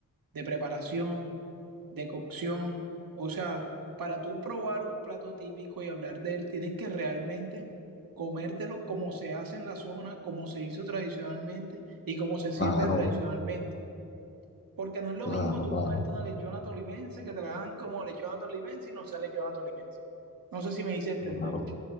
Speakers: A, on the right; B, on the left.
A: de preparación, de cocción. O sea, para tú probar un plato típico y hablar de él, tienes que realmente comértelo como se hace en la zona, como se hizo tradicionalmente y como se sirve
B: Claro,
A: tradicionalmente. Porque no es lo
B: claro,
A: mismo tú
B: claro,
A: comerte una lechona tolimense que te la hagan como lechona tolimense y no sea lechona tolimense. No sé si me hice entender.
B: claro.